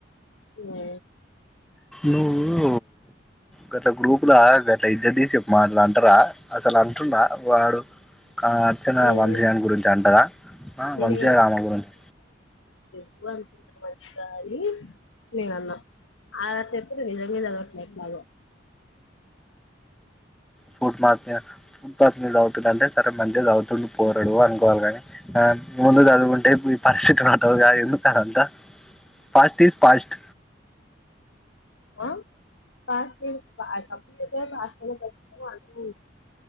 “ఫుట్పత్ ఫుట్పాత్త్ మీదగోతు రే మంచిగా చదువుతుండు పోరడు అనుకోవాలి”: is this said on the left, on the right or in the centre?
Centre